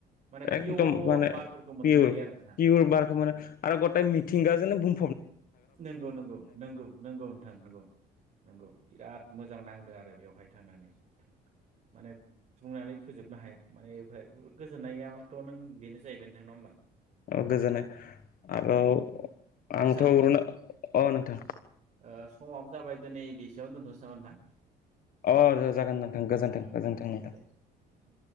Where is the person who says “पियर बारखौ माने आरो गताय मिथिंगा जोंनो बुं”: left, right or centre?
Left